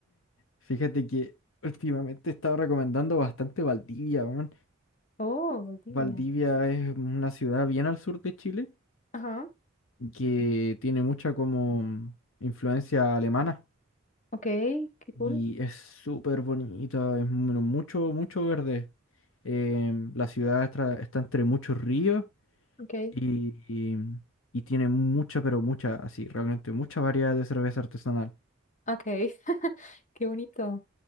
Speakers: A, on the left; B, on the left.
A: Fíjate que últimamente he estado recomendando bastante Valdivia, weón.
B: Oh, Bolivia.
A: Valdivia es una ciudad bien al sur de Chile
B: Ajá.
A: que tiene mucha como influencia alemana.
B: Ok, qué
A: Y
B: cool.
A: es súper bonita, es mu- mucho, mucho verde. Em, la ciudad estra- está, entre muchos ríos
B: Ok.
A: y, y, y tiene mucha, pero mucha, así, realmente mucha variedad de cerveza artesanal.
B: Ok. <laughs> Qué bonito.